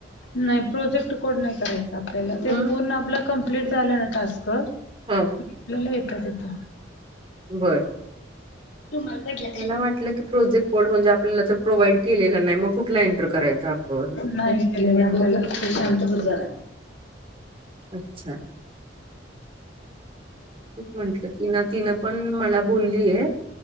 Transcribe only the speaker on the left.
नाही प्रोजेक्ट कोड नाही करायचा. आपल्याला ते
पूर्ण आपलं कमप्लीट झालं ना टास्क
आपल्याला येतात हीत.
रुमाल पडला.
नाही. <inaudible> आपल्याला शांत बस
जरा.